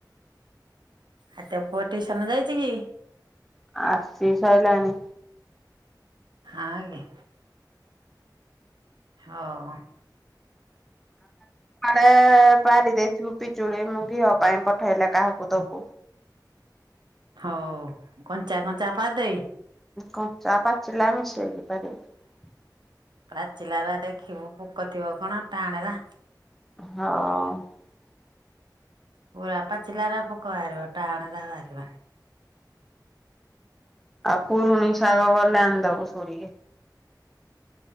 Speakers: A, on the right; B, in the centre.
A: ଆଉ ତୋ ପୁଅ ଟିଇସନ ଯାଇଚି କି?
B: ଆସି ସାଇଲାଣି।
A: ଆ ଗେ। ହଉ।
B: ହେ ପାରି ଦେଇଥିବୁ ପିଜୁଳି ମୁଁ ଘିଅ ପାଇଁ ପଠେଇଲେ କାହାକୁ ଦବୁ।
A: ହଉ କଞ୍ଚା କଞ୍ଚା ପାରି ଦେବି।
B: କଞ୍ଚା ପାଚିଲା ମିଶେଇ କି ପାରିବୁ।
A: ପାଚିଲା ରା ଦେଖିବୁ ପୋକ ଥିବ କଣ ଟାଣେ ରା।
B: ହଁ।
A: ପୁୁରା ପାଚିଲାରା ପୋକ ବାହାରିବ ଟାଣେ ରା ବାହାରିବନି।
B: ଆଉ ପୁରୁଣି ଶାଗ ଗଲେ ଆଣିଦବୁ ତୁଳି କି।